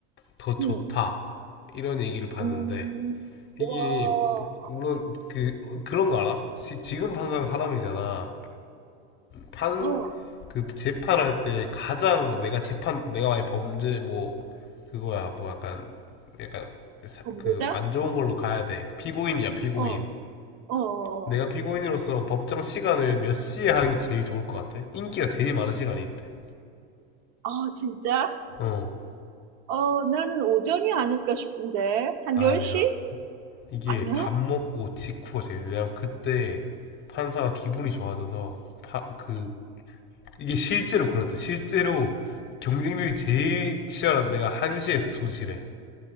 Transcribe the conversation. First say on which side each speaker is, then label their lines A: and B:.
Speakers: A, on the left (about 35°); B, on the right (about 55°).
A: 더 좋다.
B: 음,
A: 이런 얘기를 봤는데,
B: 음.
A: 이게,
B: 와,
A: 물론, 그, 그런 거 알아? 시- 지금 판사는 사람이잖아. 판,
B: 어.
A: 그, 재판할 때 가장 내가 재판, 내가 만약 범죄, 뭐, 그거야, 뭐 약간, 약간, 사-
B: 전부자
A: 그, 안 좋은 걸로 가야 돼. 피고인이야, 피고인.
B: 어, 어, 어.
A: 내가 피고인으로서 법정 시간을 몇 시에 하는 게 제일 좋을 것 같아? 인기가 제일 많은 시간이 있대.
B: 아, 진짜?
A: 어,
B: 어, 나는 오전이 아닐까 싶은데. 한
A: 아니야.
B: 10시?
A: 이게
B: 아니야?
A: 밥 먹고 직후가 제일, 왜냐면 그때 판사가 기분이 좋아져서, 파, 그, 이게 실제로 그렇대. 실제로 경쟁률이 제일 치열한 데가 1시에서 2시래.